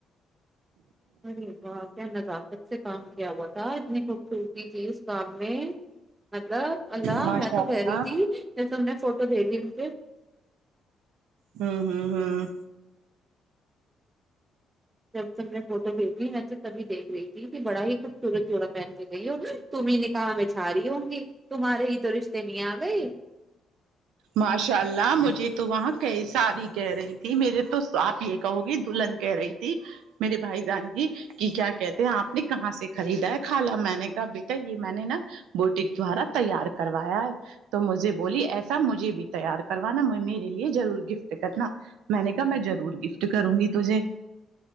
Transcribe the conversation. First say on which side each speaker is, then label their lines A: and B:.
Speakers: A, on the right; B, on the right.
A: ارے واہ کیا نزاکت سے کام کیا ہوا تھا اتنی خوبصورتی تھی اس کام میں مطلب اللہ
B: ماشاء
A: میں تو
B: اللہ
A: کہہ رہی تھی جیسے تم نے فوٹو بھی دی مجھے
B: ہمم ہمم ہمم
A: جب تک میں فوٹو بھیجی میں تو تبھی دیکھ رہی تھی کہ بڑا ہی خوبصورت جوورا پہن کے گئی ہوگی تم ہی نہ کہا میں چھا رہی ہوں گی تمہارے ہی تو رشتے نہیں آ گئے
B: ماشاء اللہ مجھے تو وہاں کئی ساری کہہ رہی تھی میرے تو آپ یہ کہو گی دلہن کہہ رہی تھی میرے بھائی جان کی کہ کیا کہتے ہیں آپ نے کہاں سے خریدا ہے خالا میں نے کہا بیٹا یہ میں نے نا بوٹک دوارا تیار کروایا ہے تو مجھے بولی ایسا سب مجھے بھی تیار کروانا میرے لیے ضرور گفٹ کرنا میں نے کہا میں ضرور گفٹ کروں گی تجھے